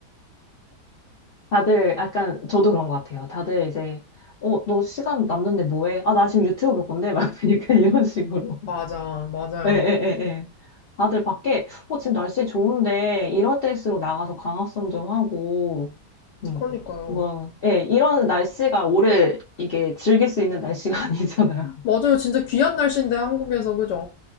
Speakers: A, on the left; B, on the left.
A: 다들 약간 저도 그런 것 같아요. 다들 이제 어, 너 시간 남는데 뭐 해? 아, 나 지금 유튜브 볼 건데 막 그러니까 <laughs> 이런 식으로.
B: 맞아, 맞아요.
A: 예, 예, 예, 예. 다들 밖에 어, 지금 날씨 좋은데 이럴 때일수록 나가서 강화성 좀 하고 음.
B: 그러니까요.
A: 뭐 예, 이런 날씨가 오래 이게 즐길 수 있는 날씨가 <laughs> 아니잖아요.
B: 맞아요. 진짜 귀한 날씨인데 한국에서 그죠?